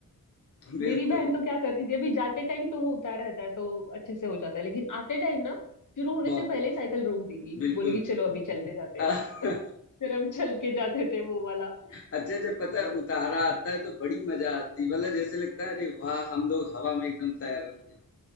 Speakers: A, on the left; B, on the left.
A: बिल्कुल,
B: मेरी बहन तो क्या करती थी अभी जाते टाइम तो वो उतार रहता है तो अच्छे से हो जाता है लेकिन आते टाइम ना शुरू होने
A: बह
B: से पहले साइकिल रोक देगी
A: बिल्कुल।
B: बोलेगी चलो अभी चलते जाते
A: अ-
B: हैं <laughs> फिर हम चल के जाते थे वो वाला
A: अच्छा जब पता है
B: <laughs>
A: उतारा आता है तो बड़ी मज़ा आती है मतलब जैसे लगता है अरे वाह! हम लोग हवा में एकदम तैर रहे हैं।